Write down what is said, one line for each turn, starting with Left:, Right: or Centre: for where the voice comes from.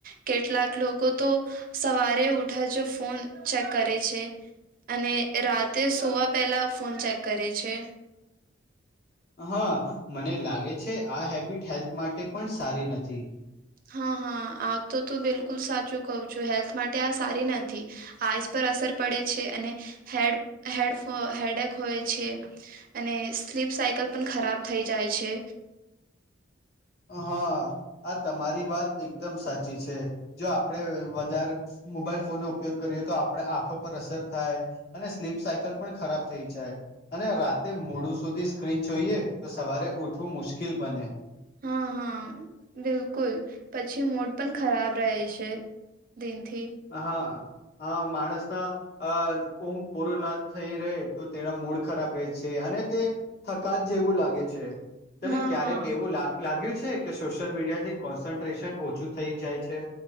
Right: કેટલાક લોકો તો સવારે ઉઠા જો ફોન ચેક કરે છે. અને રાતે સોવા પહેલા ફોન ચેક કરે છે.
Left: હા મને લાગે છે આ હેબિટ હેલ્થ માટે પણ સારી નથી.
Right: હા હા આ તો તું બિલકુલ સાચું કઉ છું હેલ્થ માટે આ સારી નથી. આઈસ પર અસર પડે છે અને હેડ હેડ હેડેક હોય છે. અને સ્લીપ સાયકલ પણ ખરાબ થઈ જાય છે
Left: હા આ તમારી વાત એકદમ સાચી છે જો આપડે વધારે મોબાઈલ ફોનનોો ઉપયોગ કરીએ તો આપણે આંખો પર અસર થાય અને સ્લીપ સાયકલ પણ ખરાબ થઈ જાય અને રાતે મોડું સુધી સ્ક્રીન જોઈએ તો સવારે ઉઠવું મુશ્કેલ બને
Right: હા હા બિલકુલ પછી મડ પણ ખરાબ રહે છે દનથી
Left: હા હ માણસ અ ઊંઘ પૂરો ના થઈ રહે તો તેના મૂડ ખરાબ રહે છે અને તે થકાન જેવું લાગે છે તને
Right: હા
Left: ક્યારેક
Right: હા
Left: એવું લાગ્યું છે કે સોશિયલ મીડિયા થી કોન્સન્ટ્રેશન ઓછું થઈ જાય છે